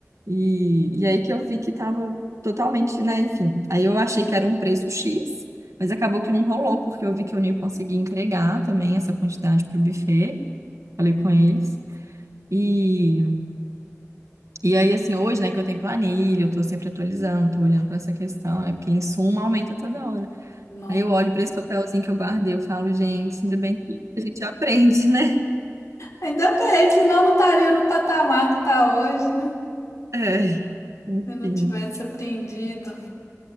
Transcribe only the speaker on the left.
No-
Ainda bem, senão não estaria no patamar que está hoje, né?
Se eu não tivesse aprendido.